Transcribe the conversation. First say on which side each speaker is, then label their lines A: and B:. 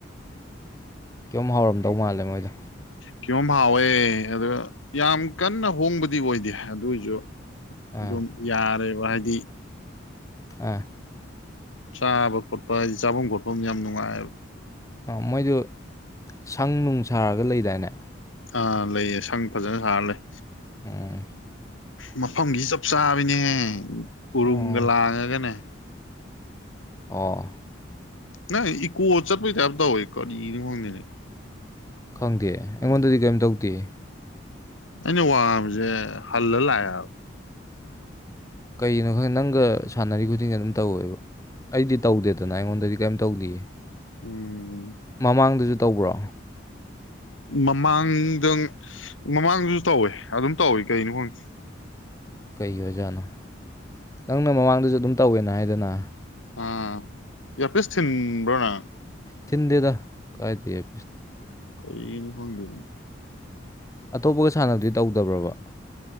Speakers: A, on the left; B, on the left.
A: ꯀꯝ ꯍꯧꯔꯝꯗꯧ ꯃꯥꯜꯂꯦ ꯃꯣꯏꯗꯣ
B: ꯀꯤꯌꯣꯝ ꯍꯥꯎꯋꯦ ꯑꯗꯣ ꯌꯥꯝ ꯀꯟꯅ ꯍꯣꯡꯕꯗꯤ ꯑꯣꯏꯗꯦ ꯑꯗꯨꯏꯁꯨ
A: ꯑꯥ
B: ꯑꯗꯨꯝ ꯌꯥꯔꯦꯕ ꯍꯥꯏꯗꯤ
A: ꯑ
B: ꯆꯥꯕ ꯈꯣꯠꯄ ꯍꯥꯏꯗꯤ ꯆꯥꯐꯝ ꯈꯣꯠꯐꯝ ꯌꯥꯝ ꯅꯨꯡꯉꯥꯏꯕ
A: ꯑꯥ ꯃꯣꯏꯗꯨ ꯁꯪ ꯅꯨꯡ ꯁꯥꯔꯒ ꯂꯩꯗꯥꯏꯅꯦ
B: ꯑꯥ ꯂꯩꯌꯦ ꯁꯪ ꯐꯖꯅ ꯁꯥꯔ ꯂꯩ
A: ꯎꯝ
B: ꯃꯐꯝꯁꯤ ꯆꯞ ꯆꯥꯕꯤꯅꯦꯍꯦ ꯎꯔꯨꯝꯒ
A: ꯑꯣ
B: ꯂꯥꯡꯉꯒꯅꯦ
A: ꯑꯣ
B: ꯅ ꯏꯨ ꯑꯣ ꯆꯔꯄꯩ ꯆꯞꯗ ꯑꯣꯏ ꯀ ꯐꯅꯦ
A: ꯈꯪꯗꯦ ꯑꯩꯉꯣꯟꯗꯗꯤ ꯀꯩꯝ ꯇꯧꯗꯦ
B: ꯑꯩꯅ ꯋꯥꯝꯁꯦ ꯍꯜꯂ ꯂꯌꯥ
A: ꯀꯩꯅꯣ ꯈꯪꯦ ꯅꯪꯒ ꯁꯥꯟꯅꯔꯤ ꯈꯨꯗꯤꯡꯒ ꯑꯗꯨꯝ ꯇꯧꯋꯦꯕ ꯑꯩꯗꯤ ꯇꯧꯗꯦꯗꯅ ꯑꯩꯉꯣꯟꯗꯗꯤ ꯀꯩꯝ ꯇꯧꯗꯌꯦ
B: ꯎꯝ
A: ꯃꯃꯥꯡꯗꯁꯨ ꯇꯧꯕ꯭ꯔꯣ
B: ꯃꯃꯥꯡꯗꯪ ꯃꯃꯥꯡꯗꯁꯨ ꯇꯧꯋꯦ ꯑꯗꯨꯝ ꯇꯧꯋꯤ ꯀꯩꯅꯣ ꯈꯪꯗꯦ
A: ꯀꯩꯒꯤ ꯑꯣꯏꯖꯥꯠꯅꯣ ꯅꯪꯅ ꯃꯃꯥꯡꯗꯁꯨ ꯑꯗꯨꯝ ꯇꯧꯋꯦꯅ ꯍꯥꯏꯗꯅ
B: ꯑ ꯌꯥ ꯄꯁ ꯊꯤꯟꯕ꯭ꯔꯣ ꯅꯪ
A: ꯊꯤꯟꯗꯦꯗ ꯀꯥꯏꯗꯦ
B: ꯀꯩꯅ ꯐꯪꯗꯅꯤ
A: ꯑꯇꯣꯞꯄꯒ ꯁꯥꯟꯅꯕꯗꯤ ꯇꯧꯗꯕ꯭ꯔꯕ